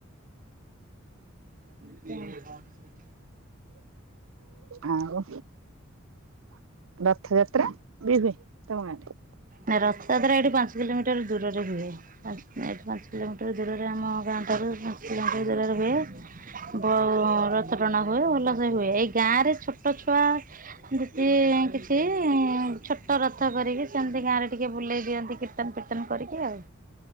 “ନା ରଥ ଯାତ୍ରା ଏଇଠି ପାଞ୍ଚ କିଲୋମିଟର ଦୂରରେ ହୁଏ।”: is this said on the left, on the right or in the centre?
Right